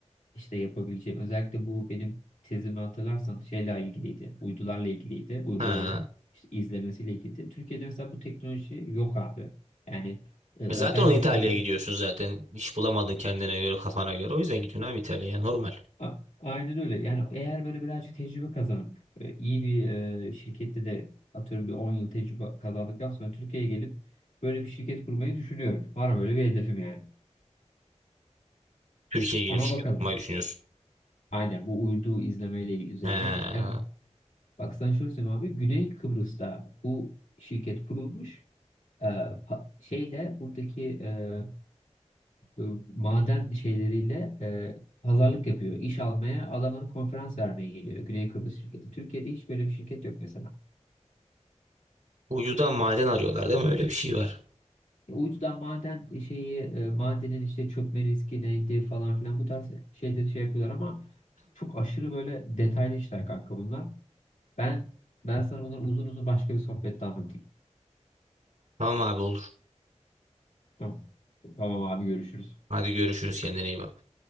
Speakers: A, on the left (about 80°); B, on the right (about 85°).
A: işte yapabileceğim. Özellikle bu benim tezimi hatırlarsan şeyle ilgiliydi. Uydularla ilgiliydi. Uyguların
B: Ha.
A: işte izlemesiyle ilgiliydi. Türkiye'de mesela bu teknoloji yok abi. Yani e, özel
B: E zaten onu
A: sektörde
B: İtalya'ya gidiyorsun zaten. İş bulamadın kendine göre kafana göre. O yüzden gidiyorsun abi İtalya'ya normal.
A: A- Aynen öyle. Yani eğer böyle birazcık tecrübe kazanıp e, iyi bir e, şirkette de atıyorum bir 10 yıl tecrübe kazandıktan sonra Türkiye'ye gelip böyle bir şirket kurmayı düşünüyorum. Var böyle bir hedefim yani.
B: Türkiye'ye gelip
A: Ama
B: şirket
A: bakalım.
B: kurmayı düşünüyorsun.
A: Aynen bu uydu izlemeyle üzerine.
B: Ha.
A: Ya ben- bak sana şöyle söyleyeyim abi. Güney Kıbrıs'ta bu şirket kurulmuş. E, pa- şeyle buradaki e, e, maden şeyleriyle e, pazarlık yapıyor. İş almaya adamın konferans vermeye geliyor. Güney Kıbrıs şirketi. Türkiye'de hiç böyle bir şirket yok mesela.
B: Uyudan maden arıyorlar değil mi? Öyle bir şey var.
A: Uydudan maden e, şeyi e, madenin işte çökme riski neydi falan filan bu tarz şeyleri şey yapıyorlar ama çok aşırı böyle detaylı işler kanka bunlar. Ben ben sana bunları uzun uzun başka bir sohbette anlatayım.
B: Tamam abi olur.
A: Tamam. Tamam abi görüşürüz.
B: Hadi görüşürüz kendine iyi bak.